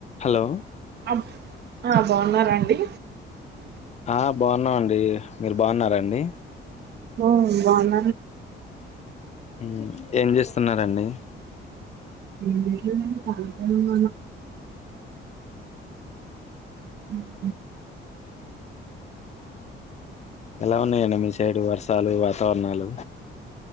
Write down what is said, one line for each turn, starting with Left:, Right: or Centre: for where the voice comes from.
Left: Hello
Right: బ్ ఆ బాగున్నారా అండి
Left: ఆ బాగున్నాం అండి మీరు బాగున్నార అండి
Right: ఓ వాన
Left: ఉ ఏం చేస్తున్నారండి
Right: ఏటిలో తళ హ
Left: ఎలా ఉన్నాయండి మీ సైడు వర్షాలు వాతావరణాలు